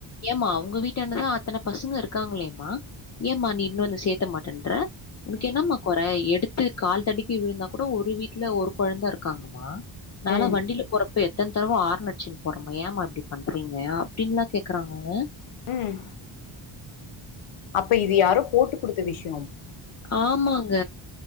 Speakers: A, on the left; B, on the left.
A: ஏமா உங்க வீட்டன்டதா அத்தன பசங்க இருக்காங்களேம்மா ஏமா
B: ம்
A: நீ இன்னு வந்து சேத்த மாட்டேன்ற உன்க்கென்னம்மா
B: ம்
A: கொற எடுத்து கால் தடிக்கி விழுந்தா கூட ஒரு வீட்ல ஒரு கொழந்த இருக்காங்கம்மா நாலா
B: ம்
A: வண்டில போறப்ப எத் தன் தர்வ ஆரன் அடிச்சுன் போறேமா ஏமா இப்டி பண்றீங்க அப்டின்லா கேக்குறாங்கங்க
B: ம் அப்ப இது யாரோ போட்டு குடுத்த விஷ்யோ
A: ஆமாங்க